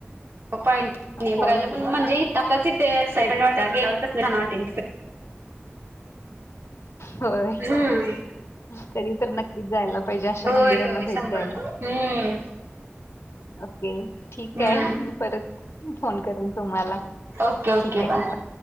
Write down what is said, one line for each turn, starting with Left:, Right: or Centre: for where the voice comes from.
Right: पॉईंट
Left: होय
Right: बघायला पण
Left: होय
Right: म्हणजे इ <unintelligible> आताच किती एक्सायटेड वाटालाय गेल्यावर किती छान वाटेल तिथे
Left: होय
Right: <unintelligible> हम्म.
Left: कधी तर नक्कीच जायला पाहिजे. अशा
Right: होय
Left: मंदिरांना
Right: होय
Left: भेट
Right: शंभर
Left: द्यायला.
Right: हम्म
Left: ओके. ठीके.
Right: हम्म
Left: मी परत फोन करेन तुम्हाला
Right: ओके ओके.
Left: ठीक आहे
Right: बाय.